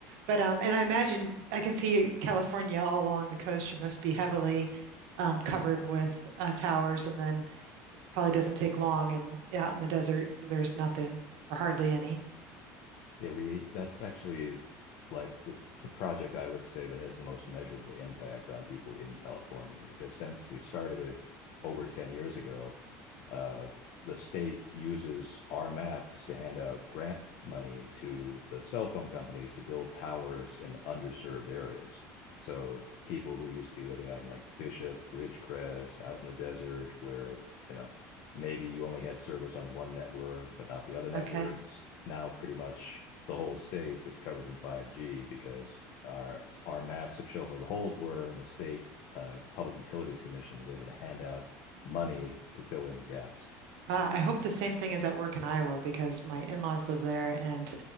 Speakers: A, on the right; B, on the left.
A: But um, and I imagine I can see California all along the coast. You must be heavily um, covered with uh, towers and then probably doesn't take long. And out in the desert, there's nothing or hardly any.
B: Yeah, we that's actually like the the project I would say that has the most measurable impact on people in California because since we started it over 10 years ago, uh, the state uses our maps to hand out grant money to the cell phone companies to build towers in underserved areas. So people who used to be living out in like Bishop, Ridgecrest, out in the desert where, you know, maybe you only had service on one network but not the other networks
A: Okay.
B: now pretty much the whole state is covered in 5G because our our maps have shown where the holes were, and the state uh, Public Utilities Commission was able to hand out money to fill in the gaps.
A: Uh, I hope the same thing is at work in Iowa because my in-laws live there, and